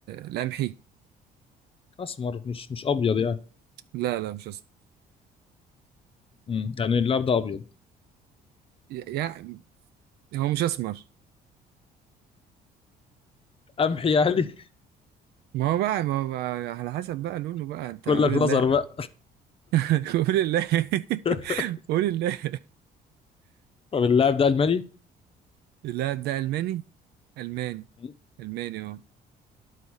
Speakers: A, on the right (about 70°); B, on the left (about 35°).
A: القمحي
B: اسمر مش مش ابيض يعني
A: لا لا مش اسمر
B: مم، يعني اللاعب ده ابيض
A: يعني هو مش اسمر
B: قمحي يعني
A: ما هو بقى ما هو بقى على حسب بقى لونه بقى
B: <laughs>
A: انت
B: كلك
A: قول الله
B: لزر بقى
A: <laughs> قول الله
B: <laughs>
A: <laughs> قول الله
B: طب اللاعب ده الماني
A: اللاعب ده ألماني ألماني
B: مم.
A: ألماني اه